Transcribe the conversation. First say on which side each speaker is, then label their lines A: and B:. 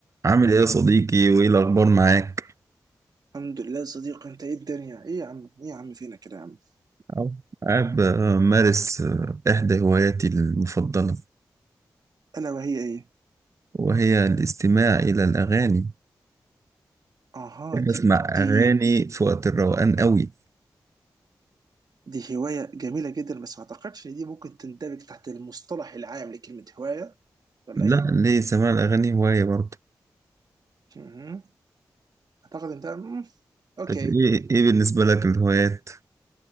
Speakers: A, on the right; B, on the right.
A: عامل ايه يا صديقي وايه الاخبار معاك
B: الحمد لله يا صديقي انت ايه الدنيا ايه يا عم ايه يا عم فينا كده يا عم
A: أو. قاعد بمارس آه، احدى هواياتي المفضله
B: الا وهي ايه
A: وهي الاستماع الى الاغاني
B: اها دي
A: بسمع
B: دي
A: اغاني
B: دي
A: في وقت الروقان قوي
B: دي هوايه جميله جدا بس ما اعتقدش ان دي ممكن تندرج تحت المصطلح العام لكلمه هوايه ولا
A: لا
B: ايه
A: ليه سماع الاغاني هوايه برضه
B: مهم. اعتقد انت مم. اوكي
A: طب ايه ايه بالنسبه لك الهوايات